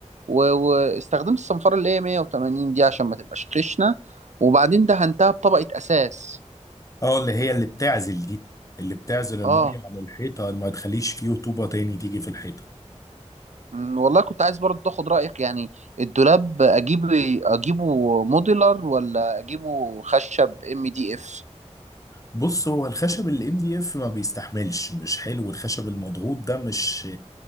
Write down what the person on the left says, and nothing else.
اه اللي هي اللي بتعزل دي اللي بتعزل الميه
على الحيطه ما تخليش فيه رطوبه تاني تيجي في الحيطه
بص هو الخشب الام دي اف ما بيستحملش مش حلو الخشب المضغوط ده مش